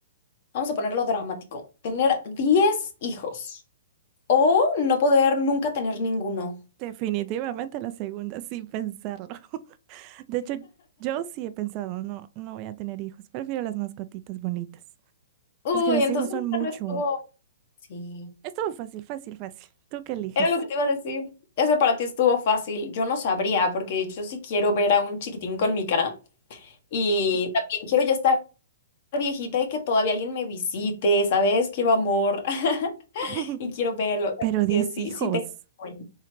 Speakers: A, on the left (about 50°); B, on the right (about 35°).
A: vamos a ponerlo dramático, tener 10 hijos o no poder nunca tener ninguno.
B: Definitivamente la segunda, sin pensarlo. <laughs> De hecho, yo sí he pensado, no, no voy a tener hijos. Prefiero las mascotitas bonitas.
A: Uy,
B: Es que los
A: entonces
B: hijos son mucho.
A: no estuvo. Sí.
B: Estuvo fácil, fácil, fácil. ¿Tú qué eliges?
A: Era lo que te iba a decir. Ese para ti estuvo fácil. Yo no sabría, porque yo sí quiero ver a un chiquitín con mi cara. Y también quiero ya estar viejita y que todavía alguien me visite, ¿sabes? Quiero amor <laughs>
B: <laughs>
A: y quiero verlo. O sea,
B: Pero
A: como
B: 10
A: que sí,
B: hijos.
A: sí tengo sueño,